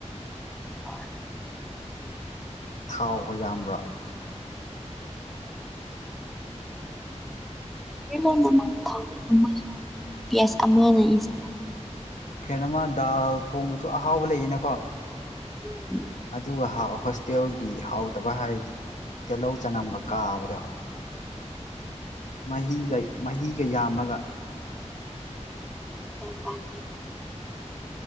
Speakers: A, in the centre; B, on the left.
A: ꯍ
B: ꯊꯥꯎꯕ ꯌꯥꯝꯕ꯭ꯔꯥ
A: ꯑꯂꯅ ꯃꯥꯅꯤ ꯊꯁꯨ ꯄꯤ ꯑꯁ ꯑꯃꯅ ꯏꯁꯤ
B: ꯀꯩꯅꯣꯃ ꯗꯥꯜ ꯊꯣꯡꯕꯁꯨ ꯑꯍꯥꯎꯕ ꯂꯩꯌꯦꯅꯀꯣ
A: ꯎꯝ
B: ꯑꯗꯨꯒ ꯍꯥꯎꯑꯣ ꯍꯣꯁꯇꯦꯜꯒꯤ ꯍꯥꯎꯇꯕ ꯍꯥꯏꯔꯗꯤ ꯇꯤꯜꯍꯧ ꯆꯅꯝꯒ ꯀꯥꯕꯗ ꯃꯍꯤꯒ ꯃꯍꯤꯒ ꯌꯥꯝꯃꯒ
A: ꯍ ꯃꯥꯅꯤ